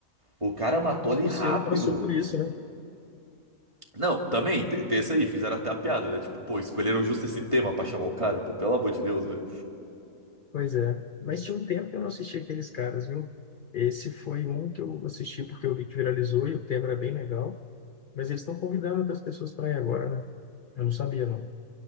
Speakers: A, on the right; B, on the left.
A: O cara matou
B: O
A: ali
B: Cossielo
A: rápido.
B: passou por isso, né?
A: Não, também, te- tem esse aí, fizeram até a piada, né? Tipo, pô, escolheram justo esse tema pra chamar o cara, pô, pelo amor de Deus, velho.
B: Pois é. Mas tinha um tempo que eu não assisti aqueles caras, viu? Esse foi um que eu assisti porque eu vi que viralizou e o tema era bem legal. Mas eles estão convidando outras pessoas para ir agora, né? Eu não sabia, não.